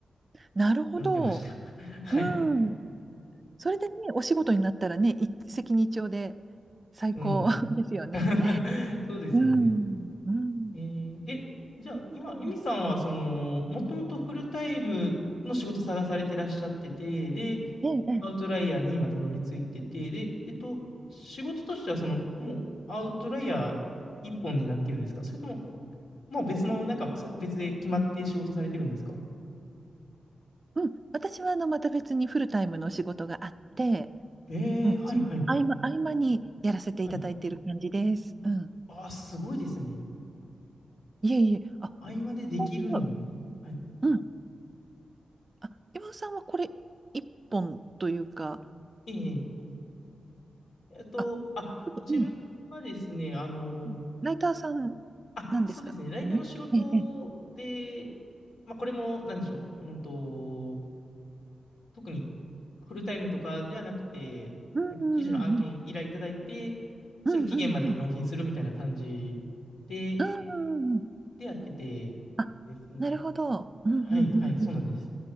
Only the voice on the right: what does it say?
なるほど。
うん。それでね、お仕事になったらね、一石二鳥で最高
<laughs> ですよね。
うん。うん。
なるほど。
ええ、ええ
うん。私はあの、また別にフルタイムのお仕事があって、
うん、その合間、合間にやらせていただいている感じです。
うん。
いえいえ、あ、
今尾さんは、うん。あ、今尾さんはこれ、一本というか、
あ、
うん。う
んライターさん
なんですかね。
ええ、ええ。
うんうんうんうん。
うんうんうん。うんうんうん。
あ、
なるほど。うんうんうんうん。